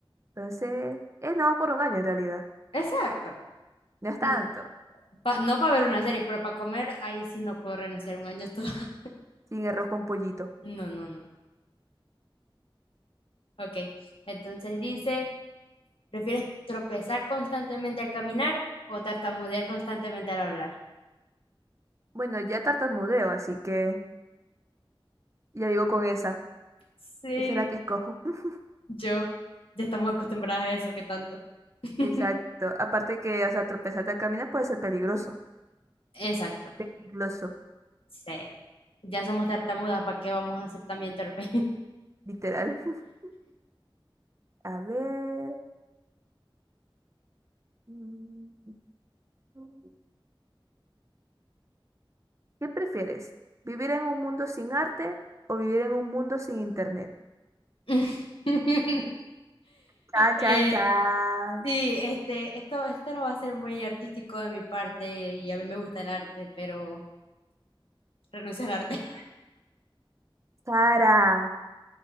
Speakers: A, on the right; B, on the left.
A: Entonces, es nada más por un año en realidad.
B: Exacto.
A: No es tanto.
B: N- pa- No para ver una serie, pero para comer, ahí sí no puedo renunciar un año todo. <laughs>
A: Sin arroz con pollito.
B: No, no, no. Ok. Entonces dice. ¿Prefieres tropezar constantemente al caminar o tartamudear constantemente al hablar?
A: Bueno, ya tartamudeo, así que ya vivo con esa.
B: Sí,
A: Esa es la que escojo. <laughs>
B: yo. Ya estamos acostumbradas a eso, ¿qué tanto? <laughs>
A: Exacto. Aparte que, o sea, tropezarte al caminar puede ser peligroso.
B: Exacto.
A: Peligroso,
B: Sí. Ya somos tartamudas, ¿para qué vamos a ser también torpes?
A: literal. <laughs> A ver. mm, mm. ¿Qué prefieres? ¿Vivir en un mundo sin arte o vivir en un mundo sin internet?
B: <laughs>
A: Chan,
B: Eh,
A: chan, chan.
B: sí, este, esto, esto no va a ser muy artístico de mi parte y a mí me gusta el arte, pero renuncio al arte.
A: Sara.